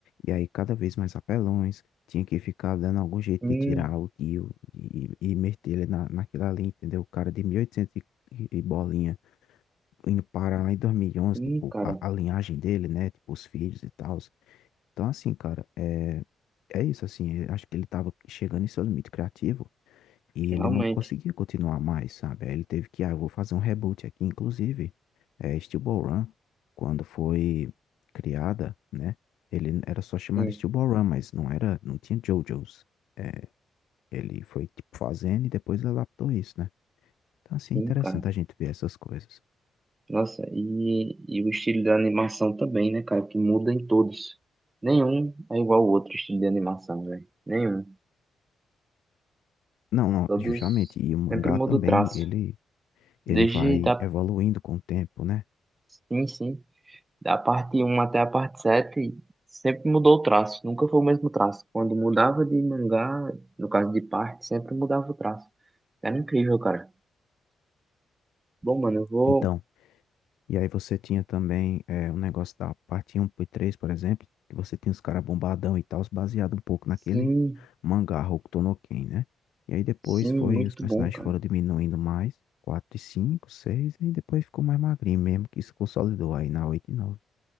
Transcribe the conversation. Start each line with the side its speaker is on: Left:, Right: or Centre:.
Left: E aí, cada vez mais apelões, tinha que ficar dando algum jeito
Right: hum,
Left: de tirar o tio e, e e meter ele na, naquilo ali, entendeu? O cara de mil e, oitocentos e e bolinha, indo parar lá em dois mil e onze
Right: hum,
Left: tipo,
Right: cara,
Left: a, a linhagem dele, né? Tipo, os filhos e tal. Então, assim, cara, é, é isso, assim, eu acho que ele tava chegando em seu limite criativo. E
Right: realmente.
Left: ele não conseguia continuar mais, sabe? Aí ele teve que, ah, eu vou fazer um reboot aqui. Inclusive, é, Steel Ball Run, quando foi criada, né? Ele era só chamado
Right: Hum,
Left: Steel Ball Run, mas não era, não tinha JoJo's. É, ele foi, tipo, fazendo e depois adaptou isso, né? Então, assim,
Right: sim,
Left: é interessante
Right: cara.
Left: a gente ver essas coisas.
Right: Nossa, e, e o estilo da animação também, né, cara? Que muda em todos. Nenhum é igual ao outro estilo de animação, velho. Nenhum.
Left: Não, não,
Right: Todos
Left: justamente. E o mangá
Right: sempre muda
Left: também,
Right: o traço.
Left: ele, ele
Right: Desde
Left: vai
Right: da,
Left: evoluindo com o tempo, né?
Right: sim, sim, da parte um até a parte 7 sempre mudou o traço. Nunca foi o mesmo traço. Quando mudava de mangá, no caso de parte, sempre mudava o traço. Era incrível, cara. Bom, mano, eu vou.
Left: Então, E aí você tinha também é, um negócio da parte 1 e 3, por exemplo, que você tinha os caras bombadão e tal, baseado um pouco naquele
Right: Sim,
Left: mangá Hokuto no Ken, né? E aí depois
Right: sim,
Left: foi,
Right: muito
Left: os personagens
Right: bom, cara.
Left: foram diminuindo mais, 4 e 5, 6, e depois ficou mais magrinho mesmo, que isso consolidou aí na 8 e 9.